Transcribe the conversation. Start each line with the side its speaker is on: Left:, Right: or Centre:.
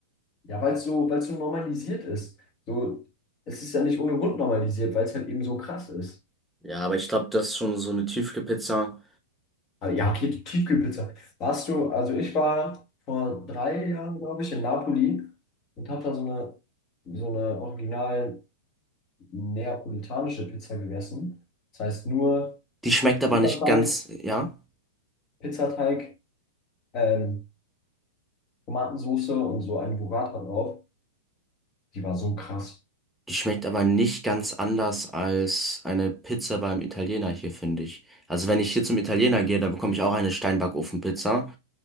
Left: Ja, weil es so, weil es so normalisiert ist. So, es ist ja nicht ohne Grund normalisiert, weil es halt eben so krass ist.
Centre: Ja, aber ich glaube, das ist schon so eine Tiefkühlpizza.
Left: Ah, Ja, okay, die Tiefkühlpizza. Warst du, also ich war vor drei Jahren, glaube ich, in Napoli und habe da so eine, so eine original neapolitanische Pizza gegessen. Das heißt nur
Centre: Die schmeckt
Left: Pizzateig,
Centre: aber nicht ganz, ja,
Left: Pizzateig, ähm, Tomatensoße und so ein Burrata drauf. Die war so krass.
Centre: die schmeckt aber nicht ganz anders als eine Pizza beim Italiener hier, finde ich. Also wenn ich hier zum Italiener gehe, da bekomme ich auch eine Steinbackofenpizza